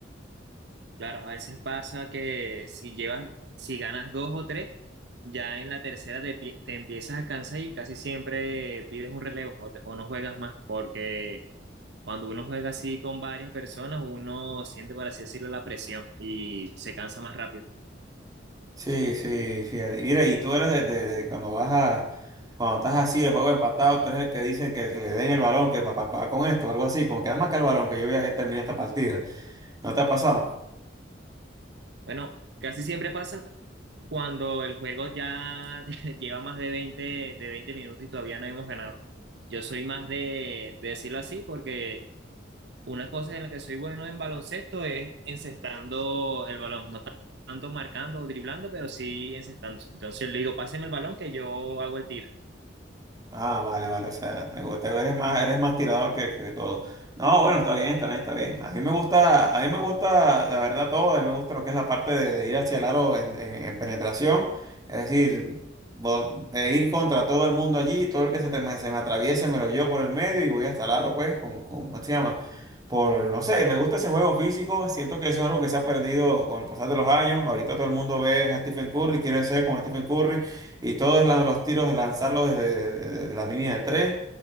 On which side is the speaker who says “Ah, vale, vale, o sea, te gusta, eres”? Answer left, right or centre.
Right